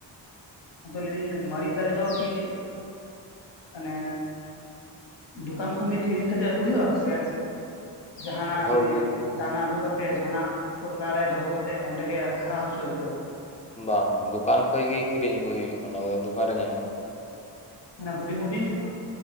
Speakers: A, on the left; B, on the left.
A: ᱟᱫᱚ ᱞᱟᱹᱭ <unintelligible> ᱢᱟᱨᱤᱪ ᱫᱟᱨᱮ ᱫᱚ ᱠᱤ ᱢᱟᱱᱮ, ᱫᱳᱠᱟᱱ ᱠᱷᱚᱱᱜᱮ ᱠᱤᱨᱤᱧ ᱠᱟᱛᱮᱫ ᱟᱹᱜᱩ ᱦᱩᱭᱩᱜᱻᱟ ᱥᱮ? ᱡᱟᱦᱟᱸᱱᱟᱜ,
B: ᱦᱳᱭ
A: ᱤᱭᱟᱹ
B: ᱫᱩ
A: ᱫᱟᱱᱟ ᱟᱹᱜᱩ ᱠᱟᱛᱮᱫ, ᱡᱟᱦᱟᱸᱱᱟᱜ ᱯᱚᱴᱞᱟ ᱨᱮ, ᱫᱚᱦᱚ, ᱠᱟᱛᱮᱜ ᱚᱸᱰᱮ ᱜᱮ, ᱦᱟᱨᱟ ᱦᱚᱪᱚ ᱦᱩᱭᱩᱜᱼᱟ ᱾
B: ᱵᱟᱝ!? ᱫᱚᱠᱟᱱ ᱠᱷᱚᱡ ᱜᱮ ᱠᱤᱨᱤᱧ ᱟᱹᱜᱩᱭ ᱦᱩᱭᱩᱜᱼᱟ ᱾ ᱚᱱᱟ ᱫᱚ ᱫᱚᱠᱟᱱ ᱨᱮ ᱧᱟᱢᱚᱜᱼᱟ ᱾
A: ᱢᱟᱱᱮ, ᱦᱩᱰᱤᱧ-ᱦᱩᱰᱤᱧ